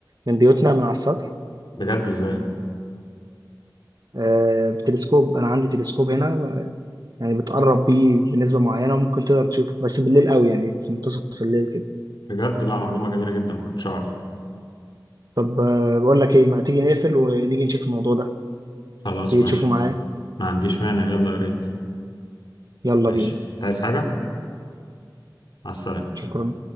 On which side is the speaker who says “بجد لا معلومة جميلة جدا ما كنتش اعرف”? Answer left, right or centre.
Left